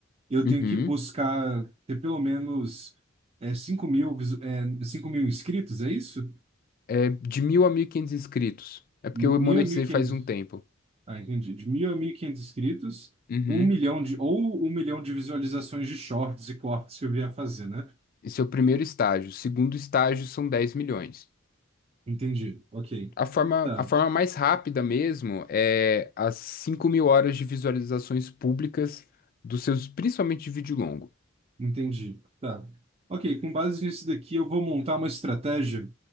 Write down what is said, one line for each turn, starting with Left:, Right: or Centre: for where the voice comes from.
Right: eu
Left: Uhum.
Right: tenho que buscar ter pelo menos é, 5 mil, visu- é, 5 mil inscritos, é isso?
Left: É de mil a 1.500 inscritos. É porque
Right: Mil
Left: eu monetizei
Right: a mil e quinhentos?
Left: faz um tempo.
Right: Ah, entendi. De 1.000 a 1.500 inscritos,
Left: Uhum.
Right: um milhão de, ou um milhão de visualizações de shorts e cortes que eu vier fazer, né?
Left: Esse é o primeiro estágio. O segundo estágio são 10 milhões.
Right: Entendi. Ok.
Left: A forma,
Right: Tá.
Left: a forma mais rápida mesmo é as cinco mil horas de visualizações públicas dos seus, principalmente de vídeo longo.
Right: Entendi. Tá. Ok, com base nisso daqui, eu vou montar uma estratégia